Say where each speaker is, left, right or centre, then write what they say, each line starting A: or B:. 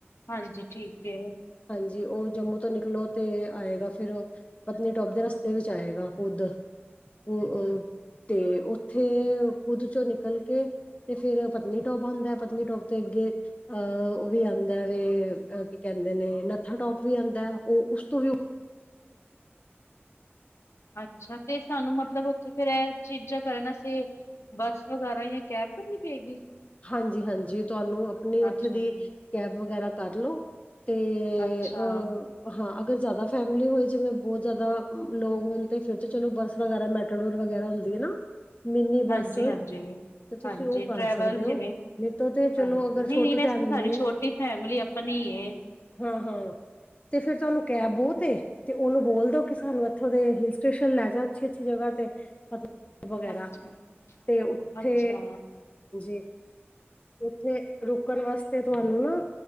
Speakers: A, on the left; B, on the left.
A: ਹਾਂਜੀ ਠੀਕ ਹੈ।
B: ਜੀ ਉਹ ਜੰਮੂ ਤੋਂ ਨਿਕਲੋ ਤੇ ਆਏਗਾ ਫੇਰ ਪਤਨੀਟੋਪ ਦੇ ਰਸਤੇ ਵਿੱਚ ਆਏਗਾ ਕੁਦ ਅ ਤੇ ਉੱਥੇ ਕੁਦ ਚੋਂ ਨਿਕਲ ਕੇ ਤੇ ਫਿਰ ਪਤਨੀਟਾਪ ਹੁੰਦਾ ਪਤਨੀਟੋਪ ਤੇ ਅੱਗੇ ਅਹ ਉਹ ਵੀ ਆਉਂਦਾ ਵੈ ਕੀ ਕਹਿੰਦੇ ਨੇ ਨਥਾ ਟੋਪ ਵੀ ਆਉਂਦਾ ਉਹ ਉਸ ਤੋਂ ਵੀ
A: ਅੱਛਾ ਤੇ ਸਾਨੂੰ ਮਤਲਬ ਉੱਥੇ ਫੇਰ ਇਹ ਚੀਜਾਂ ਕਰਨ ਵਾਸਤੇ ਬੱਸ ਵਗੈਰਾ ਜਾਂ ਕੈਬ ਕਰਨੀ ਪਏਗੀ
B: ਹਾਂਜੀ ਹਾਂਜੀ ਤੁਹਾਨੂੰ ਆਪਣੀ ਉੱਥੇ
A: ਅੱਛਾ।
B: ਦੀ ਕੈਬ ਵਗੈਰਾ ਕਰ ਲੋ। ਤੇ
A: ਅੱਛਾ
B: ਅਹ ਹਾਂ। ਅਗਰ ਜੈਦਾ ਫੈਮਿਲੀ ਹੋਏ ਜਿਵੇਂ ਬਹੁਤ ਜ਼ਿਆਦਾ ਲੋਕ ਹੋਣ ਤੇ ਫਿਰ ਤੇ ਚਲੋ ਬੱਸ ਵਗੈਰਾ ਮੈਟਾਡੋਰ ਵਗੈਰਾ ਹੁੰਦੀ ਨਾ ਮਿੰਨੀ
A: ਹਾਂਜੀ,
B: ਬੱਸ
A: ਹਾਂਜੀ,
B: ਤੇ ਤੁਸੀਂ
A: ਹਾਂਜੀ
B: ਉਹ ਕਰ
A: ਟਰੈਵਲ
B: ਸਕ ਸਕਦੇ
A: ਜਿਵੇਂ
B: ਹੋ ਨਹੀਂ ਤੋ ਤੇ ਚਲੋ
A: ਹਾਂਜੀ
B: ਅਗਰ
A: ਨਹੀਂ,
B: ਛੋਟੀ
A: ਨਹੀਂ ਵੈਸੇ
B: ਫੈਮਲੀ
A: ਤਾਂ ਸਾਡੀ
B: ਹੈ।
A: ਛੋਟੀ ਫੈਮਿਲੀ ਆਪਣੀ ਏ
B: ਹਾਂ ਹਾਂ ਤੇ ਫਿਰ ਤੁਹਾਨੂੰ ਕੈਬ ਬਹੁਤ ਏ ਤੇ ਉਹਨੂੰ ਬੋਲ ਦੋ ਕਿ ਸਾਨੂੰ ਇੱਥੋਂ ਦੇ ਹਿਲ ਸਟੇਸ਼ਨ ਲੈ ਜਾ ਅੱਛੀ ਅੱਛੀ ਜਗ੍ਹਾ ਤੇ ਵਗੈਰਾ
A: ਅੱਛਾ।
B: ਤੇ ਉੱਥੇ
A: ਅੱਛਾ,
B: <inaudible> ਉੱਥੇ ਰੁਕਣ ਵਾਸਤੇ ਤੁਹਾਨੂੰ ਨਾ